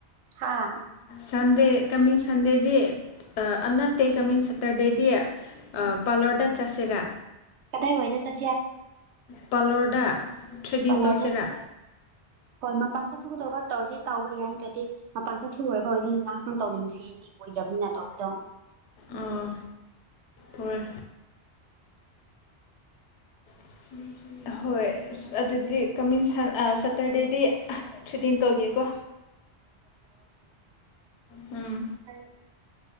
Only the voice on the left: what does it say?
ꯁꯟꯗꯦ ꯀꯃꯤꯡ ꯁꯟꯗꯦꯗꯤ ꯑꯥ ꯅꯠꯇꯦ ꯀꯃꯤꯡ ꯁꯇꯔꯗꯦꯗꯤ ꯑꯥ ꯄꯥꯔꯂꯔꯗ ꯆꯁꯤꯔꯥ꯫
ꯄꯥꯔꯂꯣꯔꯗ ꯊ꯭ꯔꯦꯗꯤꯡ
ꯇꯧꯁꯤꯔꯥ꯫
ꯑꯥ ꯍꯣꯏ꯫ <unintelligible> ꯍꯣꯏ꯫ ꯎꯁ ꯑꯗꯨꯗꯤ ꯀꯃꯤꯡ ꯁꯟ ꯑꯥ ꯁꯇꯔꯗꯦꯗꯤ ꯑꯥꯍ ꯊ꯭ꯔꯤꯗꯤꯟ ꯇꯧꯒꯦꯀꯣ꫰ ꯎꯝ